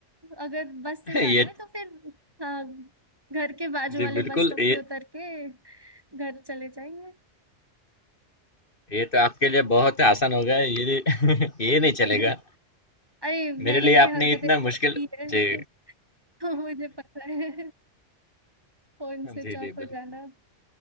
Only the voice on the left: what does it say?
<laughs>
ये
जी,
बिल्कुल
ये
ये तो आपके लिए बहुत आसान हो गया है, ये <laughs> ये नहीं चलेगा।
मेरे लिए
आपने
इतना मुश्किल
जी
जी जी
बिल्कुल